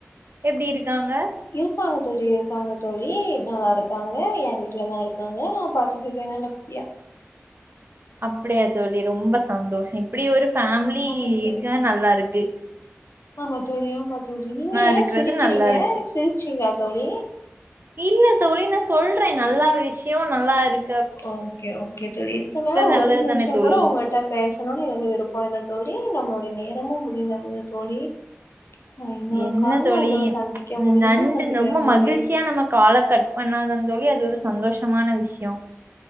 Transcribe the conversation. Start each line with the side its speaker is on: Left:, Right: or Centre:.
Right: எப்டி இருக்காங்க
Left: இருக்காங்க தோழி இருக்காங்க தோழி நல்லாருக்காங்க எ வீட்லதா இருக்காங்க நா பாத் எப்டி இருக்காங்க நல்லபடியா
Right: படியா தோழி ரொம்ப சந்தோஷோ இப்டி ஒரு ஃபேம்லி
Left: ஆமா தோழி
Right: இருக்க நல்லாருக்கு
Left: ஆமா தோழி ஆமா தோழி நீங்க ஏ
Right: இருக்கிறது
Left: சிரிக்கறீங்க
Right: நல்லா இருக்கு
Left: சிரிச்சிங்ளா தோழி
Right: இல்ல தோழி நா சொல்றே நல்லா விஷய நல்லா இருக்
Left: ஓகே ஓகே தோழி இதுக்கு மேல
Right: நல்லது
Left: ஒரு நிமிஷ
Right: தானே தோழி
Left: கூட உங்கள்ட்ட பேசணுனு எனக்கு விருப்ப இல்ல தோழி நம்மளுடைய நேரமும் முடிந்தது தோழி நான் இன்னொரு
Right: என்ன
Left: கால்ல
Right: தோழி
Left: உங்கள சந்திக்க
Right: ப்ச்
Left: முடிஞ்சா
Right: நன்
Left: சந்திக்கிறேன்
Right: ரொம்ப
Left: தோழி
Right: மகிழ்ச்சியா நம்ம கால கட் பண்ணாதான் தோழி அது ஒரு சந்தோஷமான விஷய